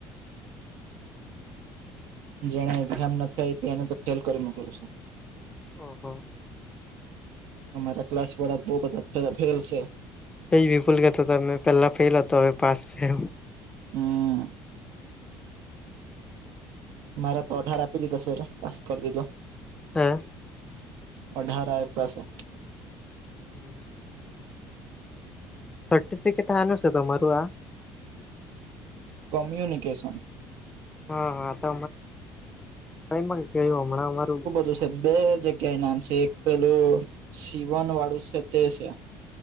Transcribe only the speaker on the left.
હહા
વિપુલ કેતોમે પેલા ફેલ હતો હવે પાસ છે.
હા
હમ સર્ટીફિકેટ હાનુ છે તમારું આ
હા હા તો અમારે ક્યું હમણાં અમારું